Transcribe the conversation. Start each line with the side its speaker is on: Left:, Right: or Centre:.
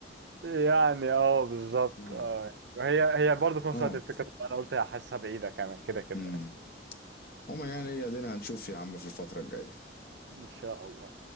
Right: يعني اه بالظبط
Left: اه
Right: اه وهي هي برضه في نفس
Left: اه
Right: الوقت الفكره انا قلت هحسها بعيده كمان كده كده
Left: امم
Right: يعني.
Left: عموما يعني ادينا هنشوف يا عم في الفتره الجايه
Right: ان شاء الله